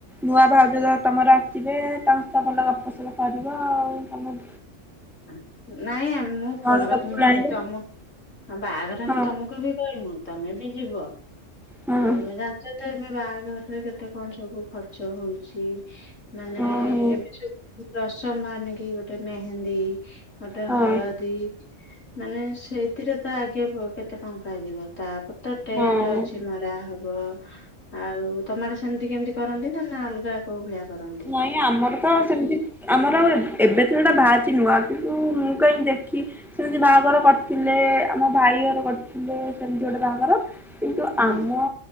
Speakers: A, in the centre; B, on the left.
A: ନୂଆ ଭାଉଜ ତ ତମର ଆସିବେ ତାଙ୍କ ସହ ଭଲ ଗପସପ କରିବ ଆଉ ତମ
B: ଆ ନାଇଁ ଆ ମୁଁ ମୁଁ ଫୋନ
A: ଗଣେଶ
B: କରିଥିନି
A: ପୁରାଣିବ
B: କଣ ତମ ହଁ ବାହାଘର
A: ହଁ
B: ନା ତମକୁ ବି କହିମୁଁ। ତମେ ବି ଯିବ
A: ହଁ
B: ଆଉ ଜାଣିଚ ତ ଏବେ ବାହାଘରରେ କେତେ କଣ ସବୁ ଖ ଚ ହଉଚି ମାନେ
A: ଓହୋ
B: ଏବେ ସବୁ ରସମ ବାହାରିନିକି ଗୋଟେ ମେହେନ୍ଦୀ ଗୋଟେ
A: ହଁ
B: ହଳଦୀ ମାନେ ସେଇଥିରେ ତ ଆଗେ ପ କେତେ ଟଙ୍କା ଯିବ ତାପରେ ତ ଟେଣ୍ଡ
A: ହଁ
B: ଅଛି ମରା ହବ ହବ ଆଉ ତମଆଡେ ସେମିତି କେମିତି କରନ୍ତି ନା ନା ଅଲଗା କୋଉ ଭଳିଆ କରନ୍ତିି?
A: ନାଇଁ ଆମର ତ ସେମିତି ଆମର ଏବେ ତ ସେଇଟା ବାହାରିଚି ନୂଆ ଆଗକୁ ମୁଁ କାହିଁକି ଦେଖି ସେମିତି ବାହାଘର କରିଥିଲେ ଆମ ଭାଇ ଘର କରିଥିଲେ ସେମିତି ଗୋଟେ ବାହାଘର। କିନ୍ତୁ
B: ହଁ
A: ଆମ